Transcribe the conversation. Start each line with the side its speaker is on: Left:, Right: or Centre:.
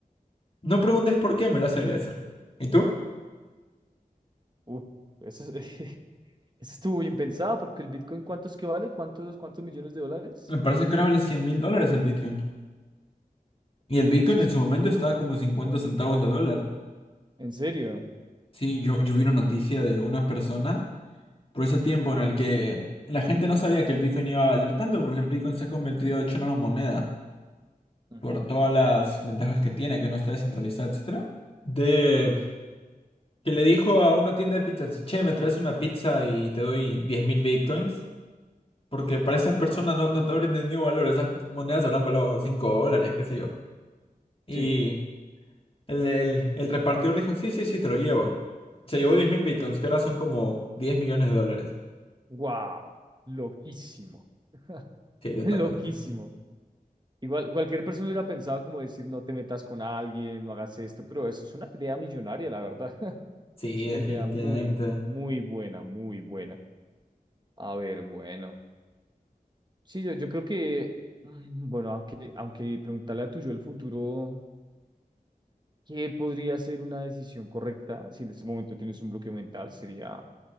Left: No preguntes por qué, me lo vas a agradecer. ¿Y tú?
Right: Uh, eso, es- <laughs> eso estuvo bien pensado porque el Bitcoin, ¿cuántos que vale? ¿Cuántos, cuántos millones de dólares?
Left: Me parece que ahora vale cien mil dólares el Bitcoin. Y
Right: Jue-
Left: el Bitcoin
Right: pucha, es
Left: en
Right: que
Left: su
Right: es-
Left: momento estaba como 50 centavos de dólar.
Right: ¿en serio?
Left: Sí, yo, yo vi una noticia de una persona. por ese tiempo en el que la gente no sabía que el Bitcoin iba a valer tanto, porque el Bitcoin se ha convertido de hecho en una moneda,
Right: Ujú,
Left: por todas las ventajas que tiene, que no está descentralizada, etcétera. De que le dijo a una tienda de pizzas, che, me traes una pizza y te doy 10.000 Bitcoins, porque para esas personas no, no te habrán entendido valor, esas monedas habrán valorado 5 dólares, qué sé yo. Y
Right: Sí.
Left: el, el, el repartidor dijo, sí, sí, sí, te lo llevo. Se llevó 10.000 Bitcoins, que ahora son como diez millones de dólares.
Right: Wow. Loquísimo.
Left: Sí,
Right: <laughs>
Left: te
Right: Loquísimo.
Left: toca, te toca.
Right: Igual, cualquier persona hubiera pensado como decir, no te metas con alguien, no hagas esto, pero eso es una idea millonaria, la verdad. <laughs>
Left: Sí,
Right: Es una
Left: definitivamente.
Right: idea muy, muy buena, muy buena. A ver, bueno. Sí, yo, yo creo que, mm, bueno, aunque, aunque preguntarle a tu yo el futuro, ¿qué podría ser una decisión correcta si en este momento tienes un bloqueo mental? Sería